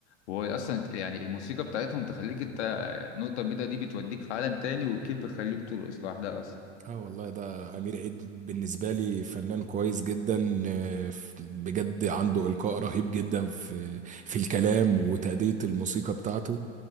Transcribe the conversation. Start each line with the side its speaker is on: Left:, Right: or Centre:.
Left: وهو أصلا يعني الموسيقى بتاعتهم تخليك أنت نقطة بيضة دي بتوديك في عالم تاني والكيف بيخليك ترقص لوحدها أصلا
Right: اه والله ده امير عيد بالنسبه لي فنان كويس جدا آه، ف- بجد عنده القاء رهيب جدا في في الكلام وتأدية الموسيقى بتاعته